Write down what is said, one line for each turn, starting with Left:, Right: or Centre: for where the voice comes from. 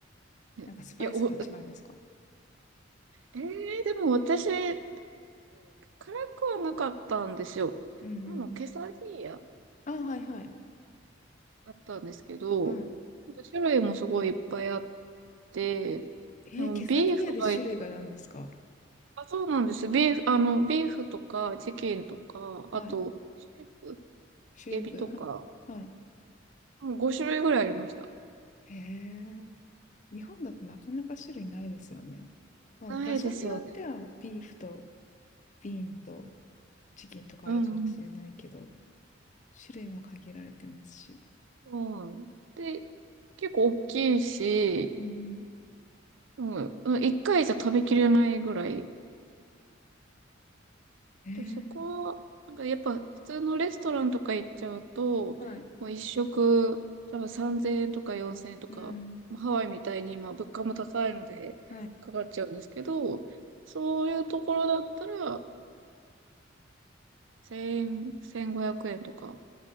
Right: ねいや、
Left: なんかスパイスが違うんですか
Right: お、うんえー、でも私、辛い、辛くはなかったんですよ。
Left: うんうん。
Right: あの、ケサディーヤ
Left: あ、はいはい。
Right: だったんですけど、
Left: はい。
Right: なんか種類もすごいいっぱいあって、
Left: えー、
Right: でも、
Left: ケサディーヤで種類が何ですか
Right: ビーフが一、あ、そうなんです。ビーフ、あの、ビーフとか、チキンとか、あと、
Left: はい。
Right: シュリンプ、
Left: シュリンプ。
Right: エビとか、
Left: はい。はい。
Right: 5種類ぐらいありました。
Left: へえ。日本だとなかなか種類ないですよね。まあ、
Right: ないですよね。
Left: 場所によってはビーフとビーンとチキンとかあるかもしれないけど、
Right: うん、うん。
Left: 種類も限られてますし。
Right: そうなんで結構大きいし、
Left: うん
Right: うん、1回じゃ食べきれないぐらい
Left: うん。ええ。
Right: とそこ、なんかやっぱ普通のレストランとか行っちゃうと、
Left: はい。
Right: もう一食、多分3000円とか4000円とか、
Left: うんうん
Right: もうハワイみたいに今物価も高いのでかかっちゃうんですけど、
Left: はい。
Right: そういうところだったら、1円、1500円とか、